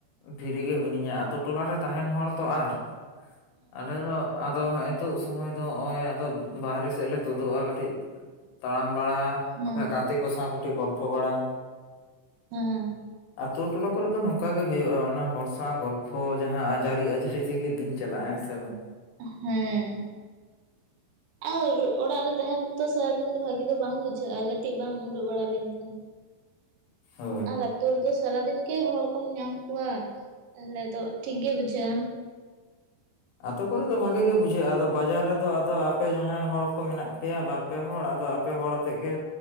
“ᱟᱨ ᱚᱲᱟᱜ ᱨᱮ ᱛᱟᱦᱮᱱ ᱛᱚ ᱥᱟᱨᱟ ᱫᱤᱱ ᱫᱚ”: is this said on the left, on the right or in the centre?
Right